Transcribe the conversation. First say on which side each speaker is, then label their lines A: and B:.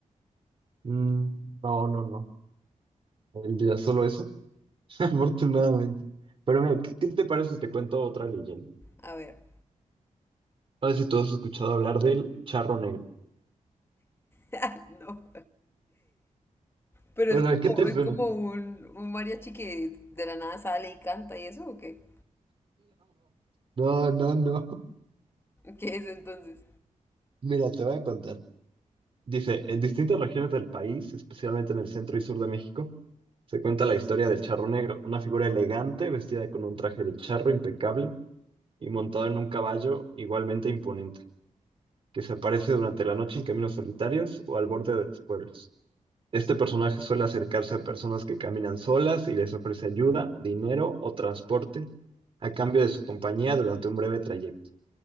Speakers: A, on the right; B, on the left.
A: Mm, no, no, no. El día solo eso. <laughs> afortunadamente. Pero mira, ¿qué, qué te parece si te cuento otra leyenda?
B: A ver,
A: A ver si tú has escuchado hablar del charro negro.
B: <laughs> no. Pero
A: Bueno,
B: es como,
A: ¿qué te suena?
B: es como
A: <laughs>
B: un, un mariachi que de la nada sale y canta y eso, ¿o qué?
A: No, no, no, no.
B: ¿Qué es entonces?
A: Mira, te voy a contar. Dice, en distintas regiones del país, especialmente en el centro y sur de México, se cuenta la historia del charro negro, una figura elegante vestida con un traje de charro impecable y montado en un caballo igualmente imponente, que se aparece durante la noche en caminos solitarios o al borde de los pueblos. Este personaje suele acercarse a personas que caminan solas y les ofrece ayuda, dinero o transporte a cambio de su compañía durante un breve trayecto.